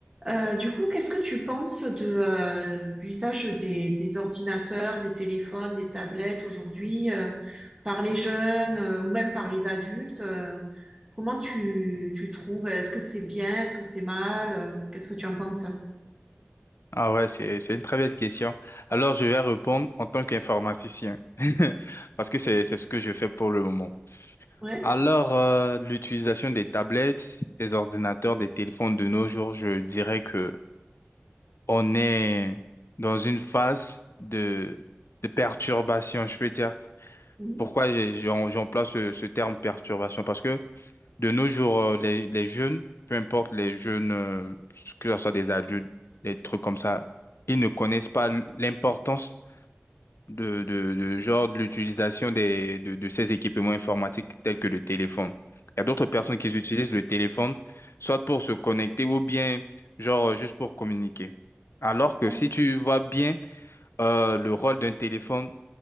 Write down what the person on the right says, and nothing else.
Euh, du coup, qu'est-ce que tu penses de euh, l'usage des, des ordinateurs, des téléphones, des tablettes aujourd'hui euh, par les jeunes euh, ou même par les adultes? euh, comment tu, tu trouves? Est-ce que c'est bien? Est-ce que c'est mal? euh, qu'est-ce que tu en penses?
Ouais.
Mhm.
Ouais.